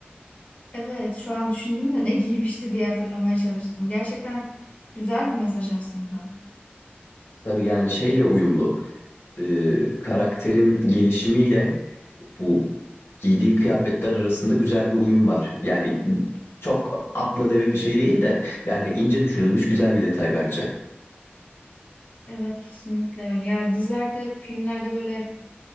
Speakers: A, on the left; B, on the left.
A: Evet şu an düşündüm de ne giymişti diye hatırlamaya çalıştım. Gerçekten güzel bir mesaj aslında.
B: Tabii yani şeyle uyumlu. Ee, karakterin gelişimiyle bu giydiği kıyafetler arasında güzel bir uyum var. Yani çok atla deve bir şey değil de yani ince düşünülmüş güzel bir detay bence.
A: Evet kesinlikle öyle. Ya dizilerde, filmlerde böyle